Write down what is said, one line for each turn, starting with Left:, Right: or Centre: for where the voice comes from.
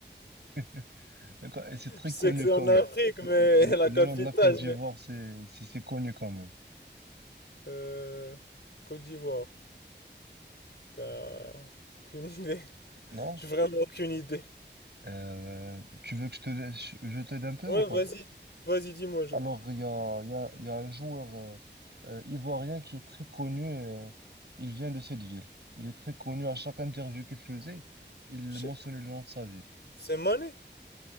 Right: <laughs> D'accord, Et c'est
Left: Je
Right: très
Left: sais
Right: connu
Left: que c'est
Right: quand
Left: en Afrique,
Right: même. Le,
Left: mais
Right: le-
Left: <laughs> la
Right: le
Left: capitale,
Right: nom de la Côte d'Ivoire,
Left: je n'ai-
Right: c'est c'est- c'est connu quand même,
Left: Euh, Côte d'Ivoire. Ben, aucune idée. <laughs>
Right: non?
Left: J'ai vraiment aucune idée.
Right: Euh, tu veux que je te, je je t'aide un peu
Left: Ouais,
Right: ou pas?
Left: vas-y. Vas-y, dis-moi. je-
Right: Alors, il y a, il y a, il y a un joueur euh, euh, ivoirien qui est très connu. euh, il vient de cette ville. Il est très connu. À chaque interview qu'il faisait, il
Left: je-
Right: mentionnait le nom de sa ville.
Left: C'est Mané?